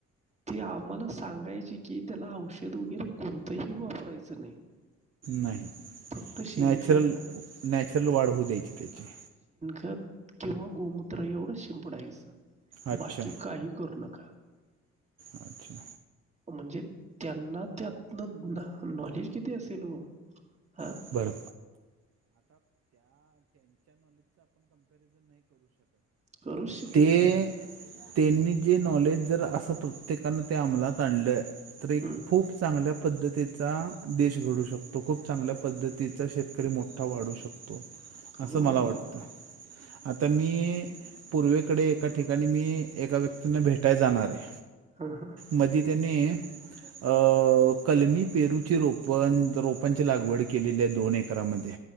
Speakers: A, on the right; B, on the right.
A: ते आम्हाला सांगायचे की त्याला औषध वगैरे कोणतंही वापरायचं नाही.
B: नाही.
A: फक्त शेणखत.
B: नॅचरल नॅचरल वाढ होऊ द्यायची त्याची. ‌
A: त किंवा गोमूत्र एवढं शिंपडायचं
B: अच्छा.
A: बाकी काही करू नका.
B: अच्छा
A: म्हणजे त्यांना त्यातलं नॉलेज किती असेल हो. हां
B: <inaudible> पण
A: करूच शकत
B: ते
A: नाही यार
B: त्यांनी. जे नॉलेज जर असं प्रत्येकानं ते अमलात आणलं तर एक
A: हं.
B: खूप चांगल्या पद्धतीचा देश घडू शकतो खूप चांगल्या पद्धतीचा शेतकरी मोठा वाढू शकतो. असं
A: हो
B: मला
A: हो
B: वाटत. आता मी पूर्वेकडे एका ठिकाणी मी एका व्यक्तींना भेटायला जाणार हाय.
A: हां हां
B: मध्ये त्याने, अ कलमी पेरूची रोप अन रोपांची लागवड के केलेल्या दोन एकरामध्ये.